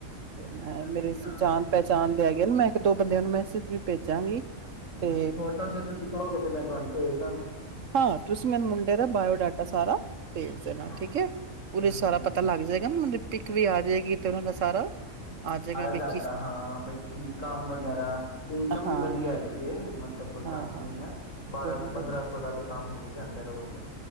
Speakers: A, on the right; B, on the left.
A: ਤੇ
B: ਹਾਂਜੀ
A: ਮੈਂ
B: ਤੁਸੀਂ
A: ਮੇਰੇ
B: ਧਿਆਨ
A: ਜਾਨ
B: ਵਿੱਚ
A: ਪਹਿਚਾਨ
B: ਮੈਂ ਕਿਹਾ ਚਲੋ
A: ਦੇ ਹੈਗੇ, ਮੈਂ ਇੱਕ ਦੋ ਬੰਦਿਆਂ ਨੂੰ ਮੈਸੇਜ ਵੀ ਭੇਜਾਂਗੀ ਤੇ
B: ਹਾਂਜੀ ਫੋਟੋ ਜੇ ਤੁਸੀਂ ਕਹੋਗੇ ਤੇ ਮੈਂ ਤੁਹਾਨੂੰ ਭੇਜ ਦਾਂਗਾ
A: ਹਾਂ, ਤੁਸੀਂ ਮੇਨੂੰ ਮੁੰਡੇ ਦਾ ਬਾਇਓਡਾਟਾ ਸਾਰਾ ਭੇਜ ਦੇਣਾ
B: ਹਾਂ
A: ਠੀਕ ਹੈ, ਉਹਦੇ
B: ਹਾਂਜੀ
A: ਚ ਸਾਰਾ
B: ਹਾਂਜੀ
A: ਪਤਾ ਲੱਗ ਜਾਏਗਾ ਨਾ ਉਹਦੀ ਪਿੱਕ ਵੀ ਆ ਜਾਏਗੀ ਤੇ ਉਹਨਾਂ ਦਾ ਸਾਰਾ ਆ ਜਾਏਗਾ
B: ਬਾਇਓਡਾਟਾ
A: ਵੀ ਕਿਸ
B: ਹਾਂ ਬਕੀ ਕੰਮ ਵਗੈਰਾ, ਇਨਕਮ
A: ਹਾਂ
B: ਵੀ ਵਧੀਆ ਹੈਗੀ ਏ, ਮਤਲਬ ਕੋਈ
A: ਹਾਂ
B: ਘੱਟ
A: ਹਾਂ
B: ਨੀ ਹੈ ਬਾਰਾਂ
A: ਕੋਈ ਨੀ
B: ਤੇ
A: ਕੋਈ
B: ਪੰਦਰਾਂ
A: ਨੀ
B: ਸੌ ਤੇ ਕੰਮ ਹੋ ਹੀ ਜਾਂਦਾ ਰੋਜ਼ ਦਾ।